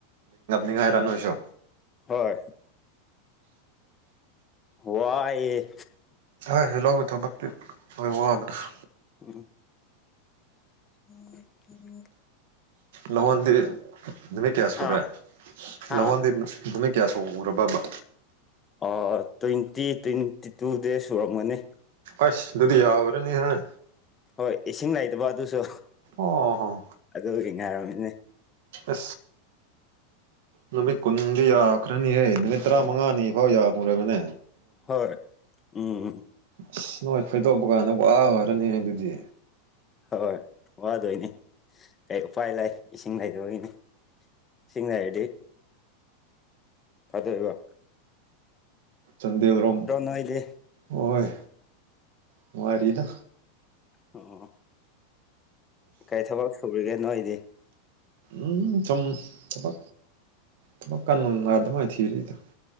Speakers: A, on the right; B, on the left.
A: ꯉꯥꯏꯔꯅꯣꯁꯣ
B: ꯍꯣꯏ ꯋꯥꯏ
A: ꯍꯣꯏ ꯍꯂꯣꯒꯤ ꯊꯕꯛꯇꯤ ꯍꯣꯏ ꯋꯥꯡꯕꯅꯁꯨ
B: ꯎ ꯑꯣꯝ ꯎꯝ
A: ꯂꯍꯣꯟꯗ ꯅꯃꯤ ꯀꯌꯥ
B: ꯍꯥ
A: ꯁꯨꯔꯦ
B: ꯍꯥ
A: ꯂꯍꯣꯟꯗꯤ ꯃꯃꯤ ꯀꯌꯥꯁꯨ ꯎꯔꯕ ꯑꯃ
B: ꯑ ꯇ꯭ꯋꯦꯟꯇꯤ ꯇ꯭ꯋꯦꯟꯇꯤ ꯇꯨ ꯗꯦ ꯁꯨꯔꯝꯒꯅꯤ
A: ꯑꯁ ꯑꯗꯨꯨꯗꯤ ꯌꯥꯕꯔꯅꯤ ꯍꯥꯏ
B: ꯍꯣꯏ ꯏꯁꯤꯡ ꯂꯩꯇꯕ ꯑꯗꯨꯁꯨ
A: ꯑꯣ
B: ꯑꯗꯨꯒꯤ ꯉꯥꯏꯔꯝꯃꯤꯅꯦ
A: ꯍ ꯅꯨꯃꯤꯠ ꯀꯨꯟꯗꯤ ꯌꯥꯈ꯭ꯔꯅꯤꯍꯦ ꯅꯨꯃꯤꯠ ꯇꯔꯥꯃꯉꯥꯅꯤ ꯐꯥꯎ ꯌꯥꯈꯔꯕꯅꯦ
B: ꯍꯣꯏ ꯎꯝ
A: ꯑꯁ ꯅꯣꯏ ꯈꯣꯏꯗꯣꯛꯄ ꯀꯥꯟꯗ ꯋꯥ ꯋꯥꯔꯅꯤ ꯑꯗꯨꯗꯤ
B: ꯍꯣꯏ ꯋꯥꯗꯣꯏꯅꯤ ꯀꯩ ꯎꯄꯥꯏ ꯂꯩꯥꯏ ꯏꯁꯤꯡ ꯂꯩꯗꯣꯏꯒꯤꯅꯤ ꯊꯪꯅꯔꯗꯤ ꯐꯗꯕ
A: ꯆꯟꯗꯦ꯭ꯔꯣꯝ
B: ꯅꯣꯏꯗꯤ
A: ꯍꯣꯏ ꯅꯨꯡꯉꯔꯤꯗ
B: ꯑꯣ ꯀꯩ ꯊꯕꯛ ꯁꯨꯔꯤꯒꯦ ꯅꯣꯏꯗꯤ
A: ꯎꯝ ꯊ ꯊ ꯀꯅ ꯉꯗꯃ ꯊꯔꯤꯗ